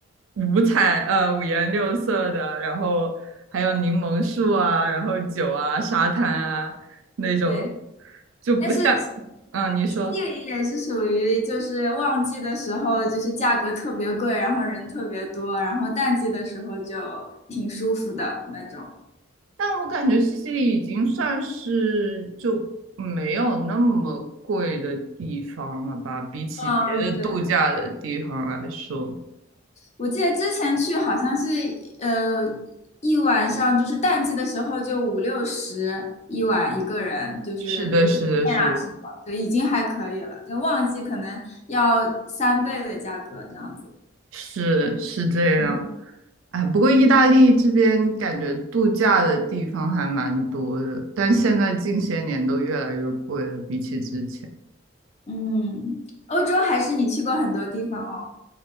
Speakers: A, on the right (about 80°); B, on the left (about 35°).
A: 五彩呃五颜六色的，然后还有柠檬树啊，然后酒啊、沙滩啊那种，
B: 对，
A: 就不像，
B: 但是
A: 嗯，你说。
B: 西西里也是属于就是旺季的时候，就是价格特别贵，然后人特别多，然后淡季的时候就挺舒服的那种。
A: 但我感觉西西里已经算是就没有那么贵的地方了吧，比起别的度假的地方来说。
B: 嗯，对。我记得之前去好像是呃一晚上，就是淡季的时候就五六十一晚一个人，就是呃酒店啊什么，
A: 是的，是的，是的，
B: 对，已经还可以了。就旺季可能要三倍的价格这样子。
A: 是是这样。
B: 嗯
A: 哎，不过意大利这边感觉度假的地方还蛮多的，但现在近些年都越来越贵了，比起之前。
B: 嗯，欧洲还是你去过很多地方哦。